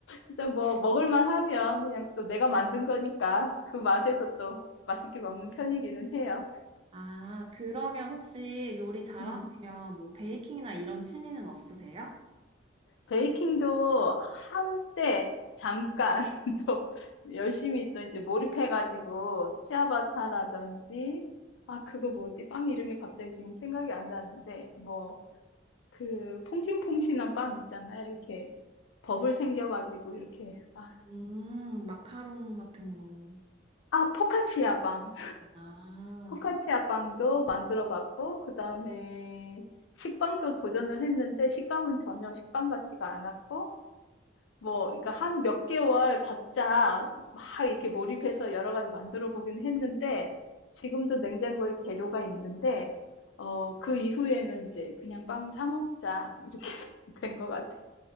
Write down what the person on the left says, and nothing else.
일단 뭐 먹을만 하면 그냥 또 내가 만든 거니까 그 맛에서 또 맛있게 먹는 편이기는 해요.
음.
베이킹도 한때 잠깐 <laughs> 또 열심히 또 이제 몰입해가지고 치아바타라든지 아 그거 뭐지? 빵 이름이 갑자기 지금 생각이 안 나는데 뭐 그 퐁신퐁신한 빵 있잖아요. 이렇게 버블 생겨가지고 이렇게 아,
아 포카치아 빵.
포카치아 빵도 만들어 봤고, 그 다음에 식빵도 도전을 했는데, 식감은 전혀 식빵 같지가 않았고, 뭐, 그러니까 한 몇 개월 바짝 막 이렇게 몰입해서 여러 가지 만들어 보긴 했는데, 지금도 냉장고에 재료가 있는데, 어, 그 이후에는 이제 그냥 빵은 사 먹자, 이렇게 <laughs> 된 것 같아요.